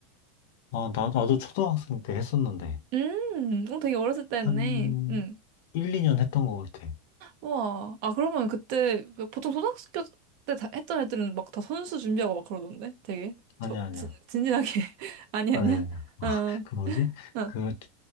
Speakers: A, on the left; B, on the right.
A: 어, 나, 나도 초등학생 때 했었는데,
B: <laughs> 음, 어, 되게 어렸을 때
A: 한
B: 했네. 음.
A: 1, 2년 했던 것 같아.
B: 우와. 아, 그러면 그때 보통 초등학교 때 다- 했던 애들은 막 다 선수 준비하고 막 그러던데? 되게
A: 아니야,
B: 저,
A: 아니야.
B: 진, 진지하게. <laughs> 아니,
A: 아니야,
B: 아니야?
A: 아니야. 어, <laughs>
B: 어,
A: 그 뭐지?
B: 어,
A: 그